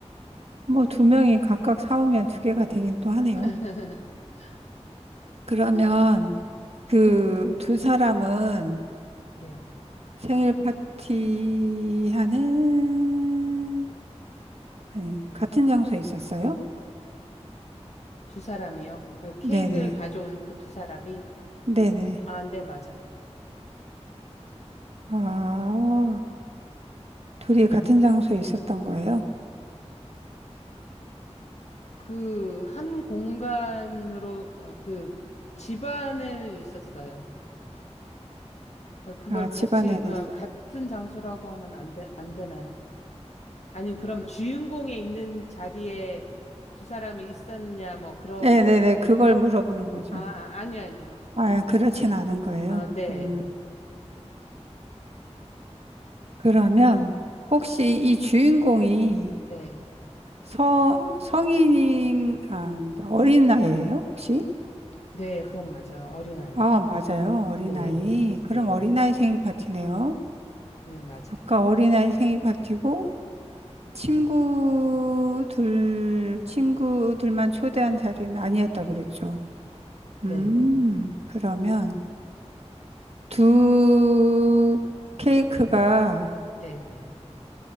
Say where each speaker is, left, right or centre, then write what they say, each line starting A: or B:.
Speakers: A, on the right; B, on the left.
A: 뭐 두 명이 각각 사오면 두 개가 되긴 또 하네요.
B: <laughs>
A: 그러면 그 두 사람은
B: 네.
A: 생일 파티 하는, 아니, 같은 장소에 있었어요?
B: 두 사람이요. 그 케이크를
A: 네네.
B: 가져온 그 두 사람이?
A: 네네.
B: 아, 네, 맞아요.
A: 아, 둘이 같은 장소에 있었던 거예요?
B: 그 한 공간으로, 어, 그 집안에 있었어요. 그걸
A: 아,
B: 같이,
A: 집안에
B: 어,
A: 있어.
B: 같은 장소라고 하면 안 돼, 안 되나요? 아니, 그럼 주인공에 있는 자리에 두 사람이 있었냐, 뭐, 그렇게.
A: 네네네. 그걸 물어보는 거죠.
B: 아, 아, 아니요, 아니요.
A: 아, 그렇진 않은 거예요.
B: 아, 네,
A: 음, 그러면 혹시 이 주인공이
B: 네.
A: 서, 성인인, 아, 어린 나이예요, 혹시?
B: 네, 그건 맞아요. 어린아이요.
A: 아, 맞아요. 어린아이.
B: 네, 네,
A: 그럼 어린아이 생일 파티네요.
B: 네, 맞아요.
A: 아까 어린아이 생일 파티고 친구들, 친구들만 초대한 자리는 아니었다 그랬죠.
B: 네,
A: 음,
B: 네,
A: 그러면 두 케이크가
B: 네, 네,